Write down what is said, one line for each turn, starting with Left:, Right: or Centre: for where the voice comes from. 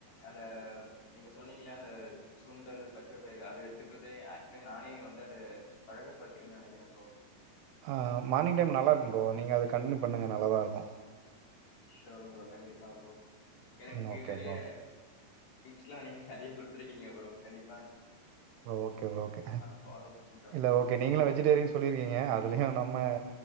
Left: அந்த நீங்க சொன்னீங்களையா அந்த சுண்டல் பச்சைப்பயிறு அத எடுத்துக்கறது ஆக்சுவலி நானே வந்து அத பழகப்பட்டீங்கனுனு நனக்குரே ப்ரோ
Right: ஆ மார்னிங் டைம் நல்லா இருக்கு ப்ரோ நீங்க அதுக் கண்டினியூ பண்ணுங்க நல்லதா இருக்கு
Left: ஷோரு ப்ரோ கண்டிப்பா ப்ரோ எனக்கு
Right: ம். ஓகே
Left: நறைய
Right: ப்ரோ.
Left: டிப்ஸ்லா நீங்க நறைய குடுத்தருக்கீங்க ப்ரோ கண்டிப்
Right: ஓகேஓகே
Left: ஃபாலோ பண்றே
Right: இல்ல
Left: ப்ரோ
Right: ஓகே நீங்களு வெஜிடேரியன் சொல்லிருக்கீங்க அதுலயு நம்ம